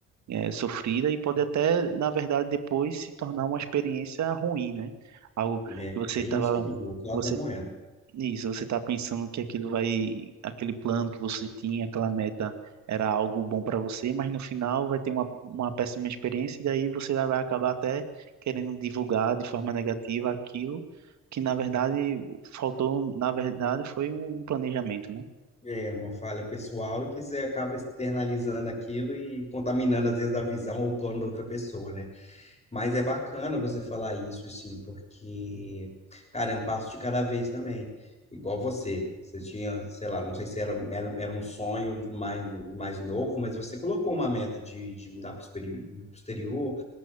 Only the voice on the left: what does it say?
É,
tem
isso aí, o outro lado
da moeda.
É uma falha pessoal e que você acaba externalizando aquilo e contaminando, às vezes, a visão ou o plano da outra pessoa, né? Mas é bacana você falar isso, sim, porque, cara, é um passo de cada vez também. Igual você, você tinha, sei lá, não sei se era, era, era um sonho de mais, mais novo, mas você colocou uma meta de, de mudar para o exterior,